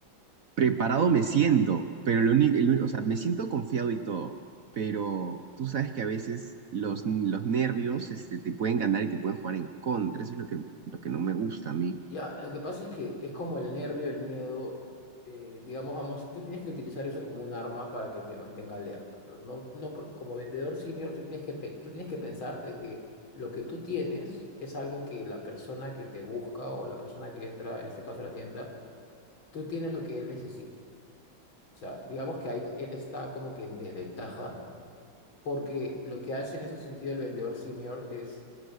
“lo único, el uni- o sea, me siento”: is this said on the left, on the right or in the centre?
Right